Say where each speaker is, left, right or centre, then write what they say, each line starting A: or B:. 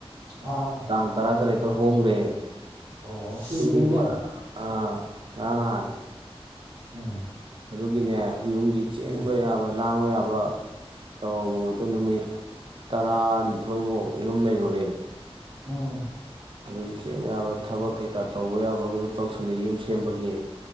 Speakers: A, on the right; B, on the right.
A: ꯑꯥ
B: ꯇꯥꯡ ꯇꯔꯥꯇꯔꯦꯠ ꯍꯣꯡꯒ꯭ꯔꯦ
A: ꯑꯣ ꯀꯨꯏꯗ꯭ꯔꯤꯅꯦ
B: ꯇꯒꯤ ꯃꯥ ꯑ ꯉꯥꯔꯥꯡ - ꯉꯍꯥꯟ
A: ꯎꯝ꯫
B: ꯑꯗꯨꯒꯤꯅꯦ ꯌꯨꯝꯒꯤ ꯆꯦꯟꯕ
A: ꯎꯝ
B: ꯌꯥꯕ ꯂꯥꯡꯕ ꯌꯥꯕ ꯇꯧꯔꯕ ꯅꯨꯃꯤꯠ ꯇꯔꯥꯅꯤꯊꯣꯏꯃꯨꯛ ꯌꯨꯝ ꯂꯩꯔꯨꯔꯦ
A: ꯎꯝ꯫
B: ꯑꯗꯨꯗꯤ ꯆꯦꯡ ꯌꯥꯕ ꯊꯕꯛ ꯀꯩꯀꯥ ꯇꯧꯕ ꯌꯥꯕꯒ ꯑꯗꯨ ꯇꯧꯁꯜꯂꯤ ꯌꯨꯝ ꯁꯦꯝꯕꯒꯤ